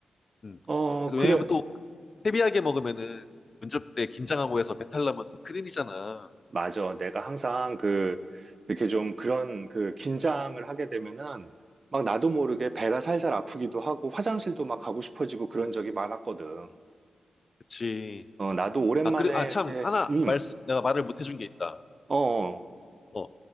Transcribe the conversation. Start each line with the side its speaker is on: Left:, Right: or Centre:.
Left: 음.
Right: 어,
Left: 그래서
Right: 그래.
Left: 왜냐면 또 헤비하게 먹으면은 면접때 긴장하고 해서 배탈 나면 또 큰일이잖아.
Right: 맞아. 내가 항상 그, 이렇게 좀 그런 그 긴장을 하게 되면은 막 나도 모르게 배가 살살 아프기도 하고 화장실도 막 가고 싶어지고 그런 적이 많았거든.
Left: 그치.
Right: 어, 나도 오랜만에
Left: 아, 그리고, 아, 참,
Right: 이렇게,
Left: 하나,
Right: 음,
Left: 말씀, 내가 말을 못 해준 게 있다.
Right: 어, 어,
Left: 어,